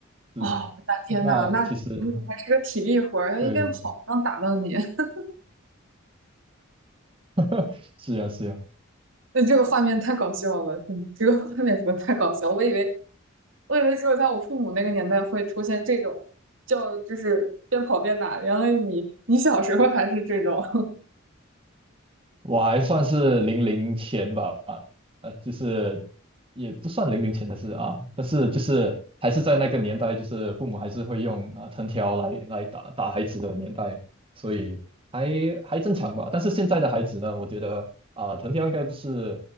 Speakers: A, on the right; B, on the right.
A: 是，
B: 哦，我的天呐，
A: 那其实
B: 那你还是个体力活儿，要一边跑能打到你，
A: 对，
B: <laughs>
A: <laughs> 是呀是呀，
B: 那这个画面太搞笑了，嗯，这个画面怎么太搞笑？我以为，我以为只有在我父母那个年代会出现这种，叫就是边跑边打，原来你你小时候还是这种，
A: 我还算是零零前吧，呃，就是也不算零零前的事啊，但是就是还是在那个年代，就是父母还是会用啊、呃藤条来来打打孩子的年代，所以还还正常吧。但是现在的孩子呢，我觉得啊、藤条应该不是